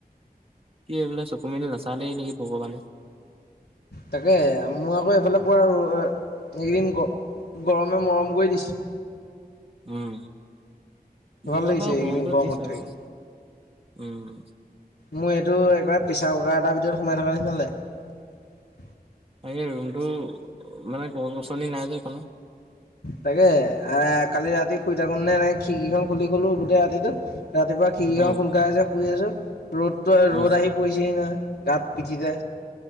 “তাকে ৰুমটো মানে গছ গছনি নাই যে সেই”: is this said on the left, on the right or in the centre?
Right